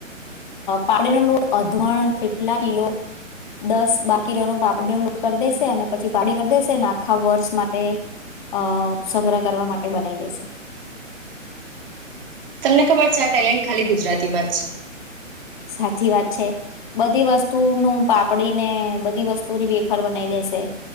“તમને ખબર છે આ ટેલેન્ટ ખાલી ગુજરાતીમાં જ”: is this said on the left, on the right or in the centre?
Right